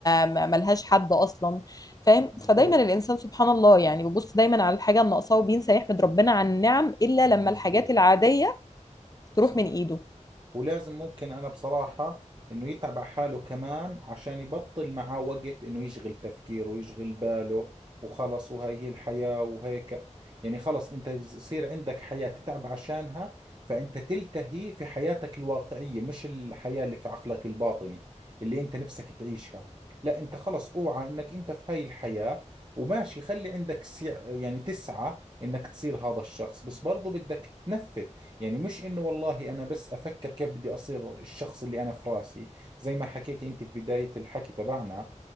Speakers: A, on the left (about 30°); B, on the right (about 35°).
A: م- ملهاش حد اصلا فاهم
B: مزبوط
A: فدايما الانسان سبحان الله يعني بيبص دايما على الحاجه اللي ناقصاه وبينسى يحمد ربنا على النعم الا لما
B: مزبوط
A: الحاجات العاديه تروح
B: صح
A: من ايده
B: ولازم ممكن أنا بصراحة إنه يتعب على حاله كمان عشان يبطل معاه وقت إنه يشغل تفكيره ويشغل باله وخلص وهاي هي الحياة وهيك يعني خلص أنت يصير عندك حياة تتعب عشانها فأنت تلتهي في حياتك الواقعية مش الحياة اللي في عقلك الباطني اللي أنت نفسك تعيشها لا أنت خلص أوعى إنك أنت في هاي الحياة وماشي خلي عندك سع... يعني تسعى إنك تصير هذا الشخص بس برضو بدك تنفذ يعني مش انه والله انا بس افكر كيف بدي اصير الشخص اللي انا في راسي زي ما حكيتي انت في بداية الحكي تبعنا